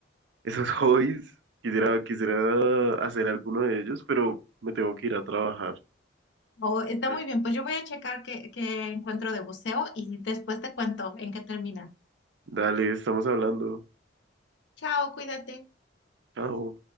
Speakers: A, on the right; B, on the left.
A: Esos hobbies, quisiera, quisiera hacer alguno de ellos, pero me tengo que ir a trabajar.
B: O está muy
A: Eh,
B: bien, pues yo voy a checar qué, qué encuentro de buceo y después te cuento en qué termina.
A: Dale, estamos hablando.
B: Chao, cuídate.
A: Chao.